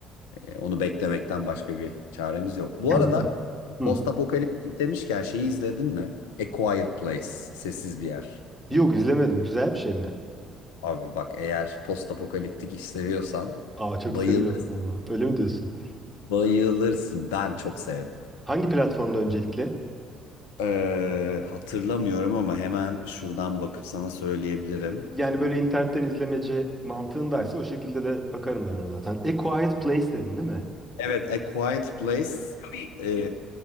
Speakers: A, on the left; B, in the centre.
A: e, onu beklemekten başka bir çaremiz yok. Bu
B: <laughs>
A: arada
B: Hı.
A: Postapokaliptik demişken şeyi izledin mi? A Quiet Place, sessiz bir yer.
B: Yok izlemedim. Güzel bir şey mi?
A: Abi bak eğer postapokaliptik iş seviyorsan
B: Aa çok
A: bayılırsın.
B: seviyorum valla. Öyle mi diyorsun?
A: Bayılırsın. Ben çok sevdim.
B: Hangi platformda öncelikle?
A: Ee, hatırlamıyorum ama hemen şuradan bakıp sana söyleyebilirim.
B: Yani böyle internetten izlemeci mantığındaysa o şekilde de bakarım ben ona zaten. A Quiet Place dedin değil mi?
A: Evet, A Quiet Place. Tabii. Ee,